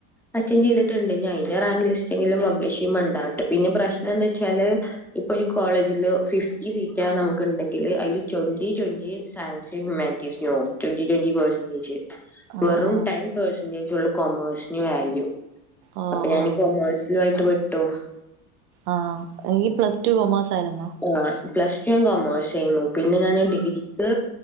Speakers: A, in the centre; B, on the right.
A: അറ്റൻ്റ് ചെയ്തിട്ടുണ്ട് അയ്ന്റെ റാങ്ക് ലിസ്റ്റെങ്കിലും പബ്ലിഷ് ചെയ്യുംപ ണ്ടാവട്ടെ പിന്നെ പ്രശ്നന്ന് വെച്ചാല് ഇപ്പൊരു കോളേജില് ഫിഫ്റ്റി സീറ്റാ നമുക്ക് ഇണ്ടെങ്കില് അതില് twenty twenty science humanities twenty twenty percentage
B: ആഹ്
A: വെറും
B: ആഹ്
A: ടെൻ പേർസന്റേജ് ഒള്ളു കോമേഴ്സിന് വാല്യൂ
B: ഓഹ്
A: അപ്പൊ ഞാന്
B: ഓഹ്
A: കൊമേഴ്സിലു ആയിട്ട് പെട്ടു
B: ആഹ് ങ്കി പ്ലസ് ടു കൊമേഴ്സ് ആരുന്നോ
A: ആഹ് പ്ലസ്ടു കൊമേഴ്സേന്നു പിന്നെ ഞാൻ ഡിഗ്രിക്ക്